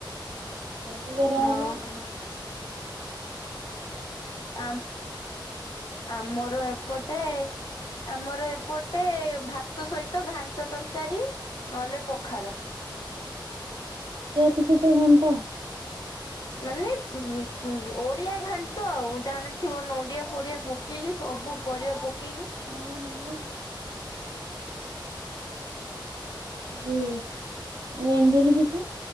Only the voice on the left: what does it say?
ଓହୋ ଆମ୍ ଆମର ଏପଟେ ଆମର ଏପଟେ ଭାତ ସହିତ ଘାଣ୍ଟ ତରକାରୀ ନହେଲେ ପଖାଳ।
ମାନେ ଉଁ ଓଡିଆ ଘାଣ୍ଟ ଆଉ ଜାଣିଥିବ ନଡିଆ ଫଡିଆ ପ ପକେଇକି ସବୁ ପରିବା ପକେଇକି।
<unintelligible>